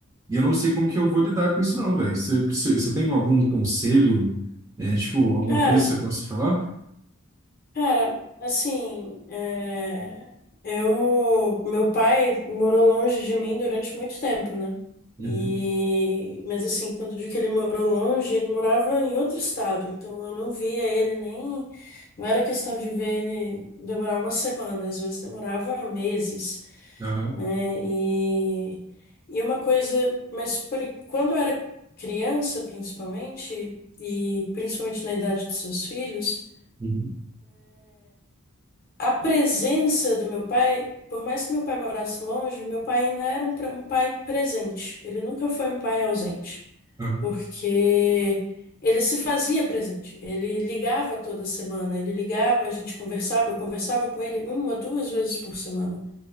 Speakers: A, on the right; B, on the left.
A: E eu não sei como que eu vou lidar com isso, não, velho. Você você- você tem algum conselho, né, tipo, alguma
B: Cara,
A: coisa que você possa falar?
B: Cara, assim, é, eu, meu pai morou longe de mim durante muito tempo, né?
A: Uhum.
B: E, mas assim, quando eu digo que ele morou longe, ele morava em outro estado, então eu não via ele nem, não era questão de ver ele demorar uma semana, às vezes demorava meses,
A: Aham.
B: né? E, e uma coisa, mas por, en- quando eu era criança, principalmente, e principalmente na idade dos seus filhos
A: Uhum.
B: A presença do meu pai, por mais que meu pai morasse longe, meu pai ainda era um, pre- um pai presente. Ele nunca foi um pai ausente,
A: Aham.
B: porque ele se fazia presente. Ele ligava toda semana, ele ligava, a gente conversava, eu conversava com ele uma, duas vezes por semana